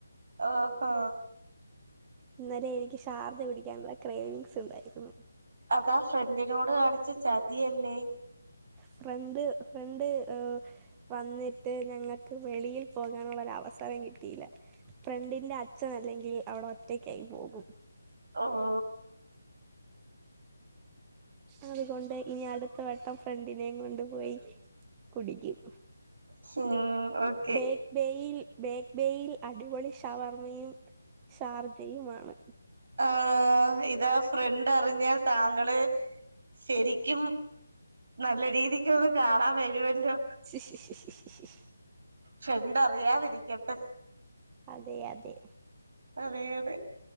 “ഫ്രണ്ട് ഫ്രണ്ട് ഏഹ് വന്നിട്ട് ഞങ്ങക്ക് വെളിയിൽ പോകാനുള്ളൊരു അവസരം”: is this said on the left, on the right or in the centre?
Right